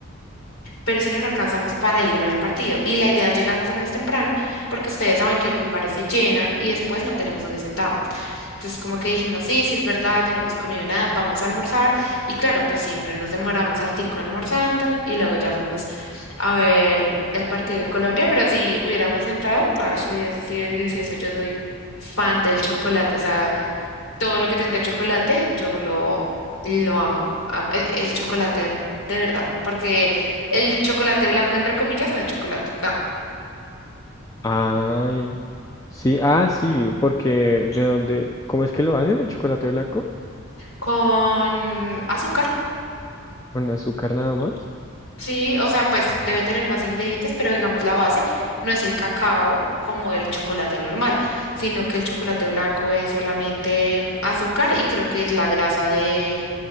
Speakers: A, on the left (about 75°); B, on the left (about 15°).
A: pero si no, no alcanzamos para ir a ver el partido. Y la idea es llegar más o menos temprano, porque ustedes saben que los lugares se llenan y después no tenemos dónde sentarnos. Entonces, como que dijimos, sí, sí es verdad, y no hemos comido nada, vamos a almorzar. Y claro, pues siempre nos demoramos hartico almorzando y luego ya fuimos a ver el partido de Colombia, pero si hubiéramos entrado, ay, si hubiese sido delicioso. Yo soy fan del chocolate, o sea, todo lo que tenga chocolate, yo lo, lo amo. Am- e- El, chocolate r- de verdad, porque el chocolate blanco, entre comillas, no es chocolate, no.
B: Ay, sí, ah, sí, porque de dónde, ¿cómo es que lo hacen el chocolate blanco?
A: Con azúcar,
B: Con azúcar nada más.
A: sí, o sea, pues debe tener más ingredientes, pero digamos la base no es el cacao como el chocolate normal, sino que el chocolate blanco es solamente azúcar y creo que es la grasa de,